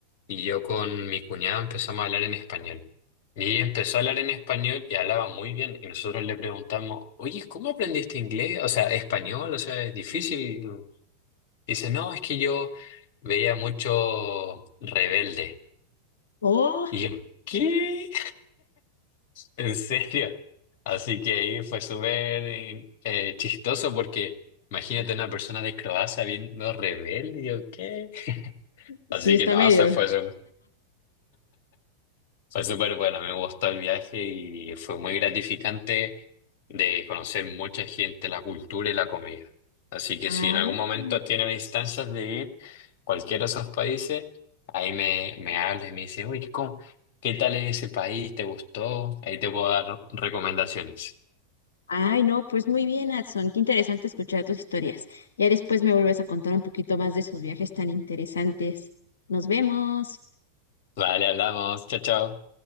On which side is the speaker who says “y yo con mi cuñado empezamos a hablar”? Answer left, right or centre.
Left